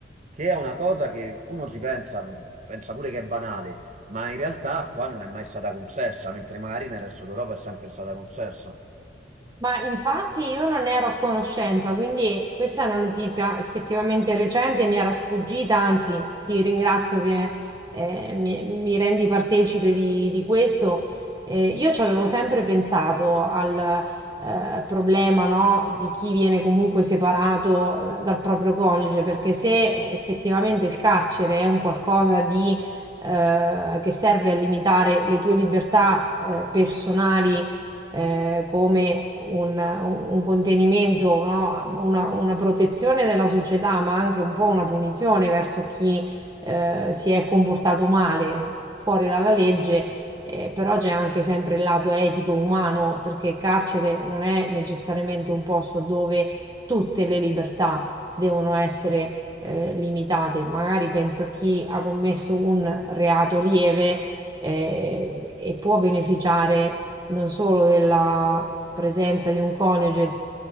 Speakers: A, on the right; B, on the right.
A: che è una cosa che uno ci pensa, pensa pure che è banale, ma in realtà qua non è mai stata concessa, mentre magari nel resto d'Europa è sempre stata concessa.
B: Ma infatti io non ero a conoscenza, quindi questa è una notizia effettivamente recente, mi era sfuggita, anzi ti ringrazio che eh, mi, mi rendi partecipe di, di questo. Eh, io ci avevo sempre pensato al eh, problema, no, di chi viene comunque separato eh, dal proprio coniuge, perché se effettivamente il carcere è un qualcosa di, eh, che serve a limitare le tue libertà eh, personali, eh, come un, un contenimento, no? Una, una protezione della società, ma anche un po' una punizione verso chi eh, si è comportato male fuori dalla legge. Eh, però c'è anche sempre il lato etico umano, perché il carcere non è necessariamente un posto dove tutte le libertà devono essere eh, limitate. Magari penso a chi ha commesso un reato lieve eh, e può beneficiare non solo della presenza di un coniuge